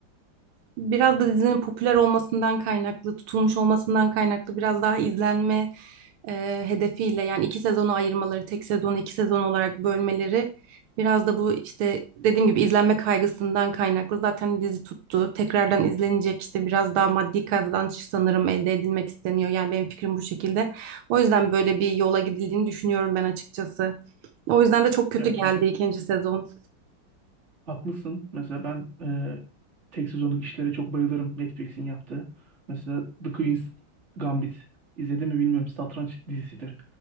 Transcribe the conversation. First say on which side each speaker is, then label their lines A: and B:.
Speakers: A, on the right; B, on the right.
A: Biraz da dizinin popüler olmasından kaynaklı, tutulmuş olmasından kaynaklı biraz daha izlenme e, hedefiyle yani iki sezonu ayırmaları, tek sezonu iki sezon olarak bölmeleri biraz da bu işte dediğim gibi izlenme kaygısından kaynaklı. Zaten dizi tuttu. Tekrardan izlenecek işte biraz daha maddi kazanç sanırım elde edilmek isteniyor. Yani benim fikrim bu şekilde. O yüzden böyle bir yola gidildiğini düşünüyorum ben açıkçası. O yüzden de çok kötü
B: Ya
A: geldi
B: kesin
A: ikinci sezon.
B: haklısın. Mesela ben e, tek sezonluk işlere çok bayılırım Netflix'in yaptığı. Mesela The Queen's Gambit izledim mi bilmiyorum. Satranç dizisidir.